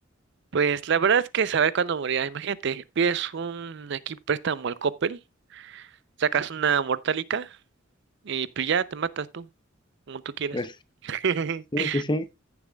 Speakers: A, on the right; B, on the left.
A: Pues la verdad es que saber cuándo morirá, imagínate, pides un aquí préstamo al Coppel, sacas una mortálica y pues ya te matas tú, como tú quieras.
B: Pues,
A: <laughs>
B: Sí, sí, sí.